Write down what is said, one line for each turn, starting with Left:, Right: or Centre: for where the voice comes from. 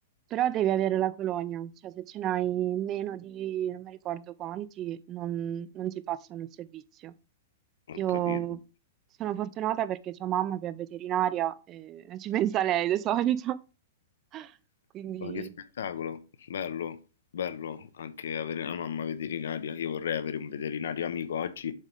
Right: però devi avere la colonia, cioè se ce n'hai meno di non mi ricordo quanti, non, non ti passano il servizio.
Left: Ho
Right: Io
Left: capito.
Right: sono fortunata perché c'ho mamma che è veterinaria e <laughs> ci pensa lei di solito, <laughs> quindi
Left: Ma che spettacolo, bello, bello anche avere una mamma veterinaria. Io vorrei avere un veterinario amico oggi.